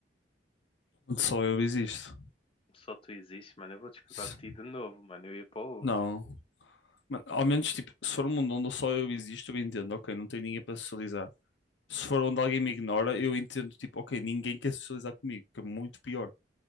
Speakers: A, on the left; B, on the left.
A: Onde só eu existo.
B: Só tu existes, mano. Eu vou discordar
A: S-
B: de ti de novo, mano. Eu ia para o outro.
A: Não. Mano, ao menos, tipo, se for um mundo onde só eu existo, eu entendo, ok, não tem ninguém para socializar. Se for onde alguém me ignora, eu entendo, tipo, ok, ninguém quer socializar comigo, que é muito pior.